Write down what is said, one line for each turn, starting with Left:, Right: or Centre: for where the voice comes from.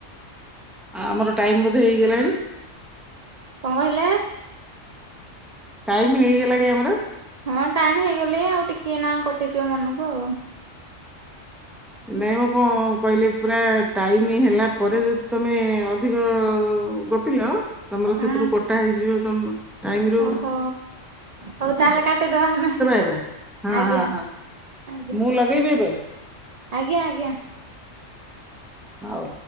Centre: ଆ ଆମର ଟାଇମ୍ ବୋଧେ ହେଇଗଲାଣି।
Right: କଣ କହିଲେ?
Centre: ଟାଇମ ହେଇଗଲାଣି ଆମର।
Right: ହଁ ଟାଇମ ହେଇଗଲେଇଁ ଆଉ ଟିକେ ଏଇନା କଟିଯିବ ମନକୁ ଆଉ।
Centre: ନାଇଁମ କଣ କହିଲେ ପୁରା ଟାଇମ ହେଲା ପରେ ଯଦି ତମେ ଅଧିକ ଗ ଥିଲ ତମର
Right: ହଁ।
Centre: ସେଥିରୁ କଟା ହେଇଯିବ ତମ ଟାଇମ ରୁ
Right: ଓହୋ ହଉ ତାହେଲେ କାଟିଦବା ଆମେ
Centre: ଏବେ। ହଁ
Right: ଆଜ୍ଞା।
Centre: ହଁ ହଁ
Right: ଆଜ୍ଞା।
Centre: ମୁଁ ଲଗେଇବି ଏବେ।
Right: ଆଜ୍ଞା ଆଜ୍ଞା।
Centre: ଆଉ।